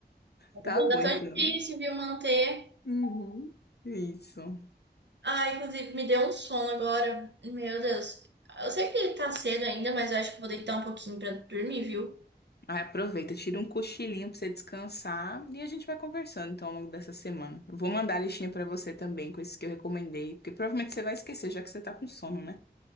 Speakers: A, on the right; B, on the left.
A: Mas
B: Tá
A: ainda
B: bom, então.
A: tão difícil, viu, manter.
B: Uhum. Isso.
A: Ah, inclusive, me deu um sono agora. Meu Deus. Eu sei que tá cedo ainda, mas eu acho que eu vou deitar um pouquinho pra dormir, viu?
B: Aí aproveita, tira um cochilinho pra você descansar e a gente vai conversando então ao longo dessa semana. Eu vou mandar a listinha pra você também com esses que eu recomendei, porque provavelmente você vai esquecer já que você tá com sono, né?